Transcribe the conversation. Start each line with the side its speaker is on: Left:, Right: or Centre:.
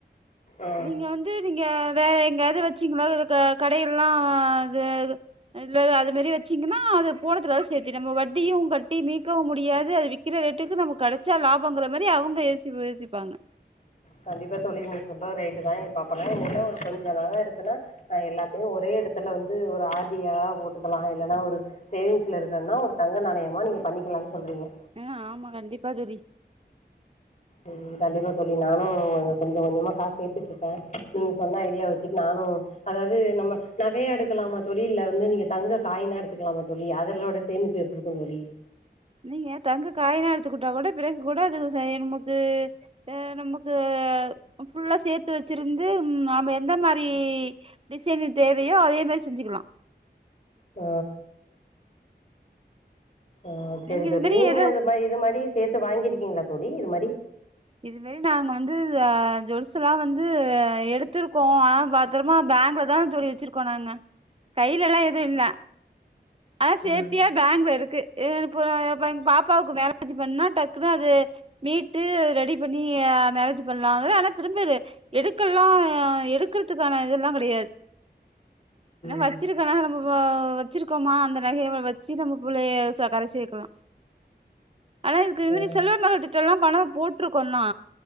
Left: ஆ
Right: நீங்க வந்து நீங்க வேற எங்காது வச்சீங்களோ இது கடைகள்லா அது இல்லல்ல அது மாரி வச்சீங்கன்னா அது போடத்துலா சேத்து நம்ம வட்டியு கட்டி மீக்கவு முடியாது அது விக் விக்கிற ரேட்டுக்கு நம்ம கெடச்சா லாபங்கற மாரி அவங்க யோசி யோசிப்பாங்க
Left: கண்டிப்பா தோழி நீங்க சொல்றது ரைட்டு தா இப்ப அப்பனா என்கிட்ட ஒரு கொஞ்ச நக இருக்குன்னா ஆ எல்லாத்தையும் ஒரே எடத்துல வந்து ஒரு ஆர் டியா போட்டுக்கலா இல்லன்னா ஒரு சேவிங்ஸ்ல இருக்கன்னா ஒரு தங்க நாணயமா நீங்க பண்ணிக்கலான் சொல்றீங்க
Right: ஆ ஆமா கண்டிப்பா தோழி
Left: ம் கண்டிப்பா தோழி நானு கொஞ்ச கொஞ்சமா காசு சேத்துட்டு இருக்கே நீங்க
Right: ஆ
Left: சொன்ன ஐடியா வச்சுட்டு நானு அதாவது நம்ம நகையா எடுக்கலாமா தோழி இல்ல வந்து நீங்க தங்க காயனா எடுத்துக்கலாமா தோழி அதோட சேமிப்பு எப்டி இருக்கு தோழி
Right: நீங்க தங்க காயின்னா எடுத்துக்கிட்டா கூட பிறகு கூட அது சரி நமக்கு அ நமக்கு ஃபுல்லா சேத்து வச்சிருந்து நம எந்த மாரி டிசைனிங் தேவையோ அதே மாரி செஞ்சுக்கலா
Left: ஆ ஆ செரி
Right: நீங்க
Left: தோழி
Right: இது மாரி
Left: நீங்க
Right: எது
Left: இது மாரி இது மாரி சேத்து வாங்கியிருக்கீங்களா தோழி இது மாரி
Right: இது மாரி நாங்க வந்து ஜுவெல்ஸ் எல்லா வந்து எடுத்திருக்கோ ஆனா ப த்திரமா பேங்கள தா தோழி வச்சிருக்கோ நாங்க கையிலல்லா எதுவு இல்ல அத சேப்டியா
Left: ம்,
Right: பேங்க்ல இருக்கு அ இப்போ அப்றோ எங்க பாப்பாவுக்கு மேரேஜ் பண்ணா டக்குன்னு அது மீட்டு ரெடி பண்ணி ஆ மேரேஜ் பண்ணுலான்னு ஆனா திரும்பிரு எடுக்கல்லா எடுக்குறதுக்கான இதெல்லா கெடையாது என்னா
Left: ம்.
Right: வச்சிருக் இவ்ளோ நக நம்ம வெச்சிருக்கோமா அந்த நகையை வச்சு நம்ம புள்ளைய கரை சேக்கலா ஆனா இதுக்கு முன்னாடி
Left: ஆ.
Right: செல்வ மகள் திட்டம் எல்லா பணம் போட்டிருக்கோ தா